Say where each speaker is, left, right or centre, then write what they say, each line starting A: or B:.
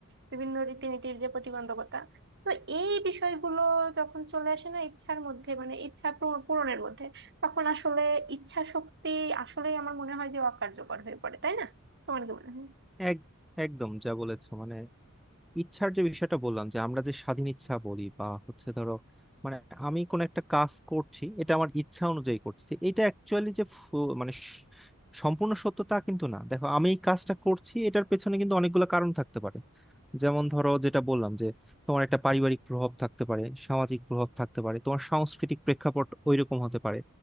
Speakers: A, on the right (about 55°); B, in the centre.
A: বিভিন্ন রীতিনীতির যে প্রতিবন্ধকতা তো এই বিষয়গুলো যখন চলে আসে না ইচ্ছার মধ্যে মানে ইচ্ছা পূর- পূরণের মধ্যে তখন আসলে ইচ্ছা শক্তি আসলেই আমার মনে হয় যে অকার্যকর হয়ে পড়ে তাই না তোমার কি মনে হয়
B: এক- একদম যা বলেছো মানে ইচ্ছার যে বিষয়টা বললাম যে আমরা যে স্বাধীন ইচ্ছা বলি বা হচ্ছে ধরো মানে আমি কোন একটা কাজ করছি এটা আমার ইচ্ছা অনুযায়ী করছি এটা অ্যাকচুয়ালি যে ফু- মানে স- সম্পূর্ণ সত্য তা কিন্তু না দেখো আমি এই কাজটা করছি এটার পেছনে কিন্তু অনেকগুলো কারণ থাকতে পারে যেমন ধরো যেটা বললাম যে তোমার একটা পারিবারিক প্রভাব থাকতে পারে সামাজিক প্রভাব থাকতে পারে তোমার সাংস্কৃতিক প্রেক্ষাপট ওইরকম হতে পারে